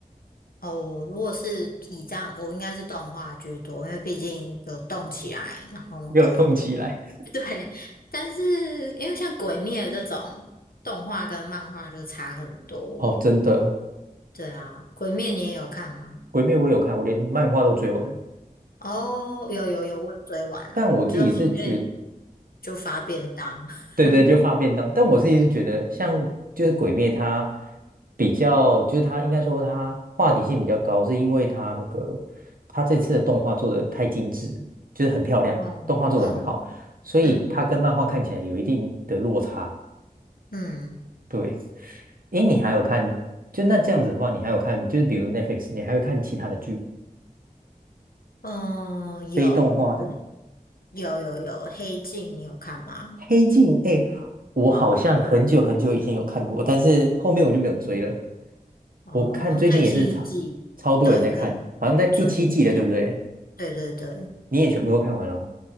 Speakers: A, on the left; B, on the right.
A: 哦，如果是以这样，我应该是动画居多，因为毕竟有动起来，然后跟
B: 没有动起来！
A: <laughs> 对，但是因为像《鬼灭》这种动画跟漫画就差很多。
B: 哦，真的，
A: 对啊，《鬼灭》你也有看吗？
B: 《鬼灭》我有看，我连漫画都追完了。
A: 哦，有有有，我也追完了，
B: 但我自己是觉
A: 就是后面就发便当。<laughs>
B: 对对，就发便当。但我自己是一直觉得，像就是《鬼灭》，它比较，就是它应该说它话题性比较高，是因为它那个它这次的动画做的太精致，就是很漂亮，
A: 哦哦
B: 动画做的很好，所以它跟漫画看起来有一定的落差。
A: 嗯嗯
B: 对，诶，你还有看，就那这样子的话，你还有看，就是比如 Netflix，你还会看其他的剧，
A: 嗯，
B: 非动画的。
A: 有有有有，《黑镜》你有看吗？
B: 黑镜，哎，我好像很久很久以前有看过，但是后面我就没有追了。
A: 哦，
B: 我看最近也是超超多人在看，
A: 最新一季，对，可以。
B: 好像在第七季了，
A: 追了一下，
B: 对不对？
A: 对对对，
B: 你也全部都看完了吗？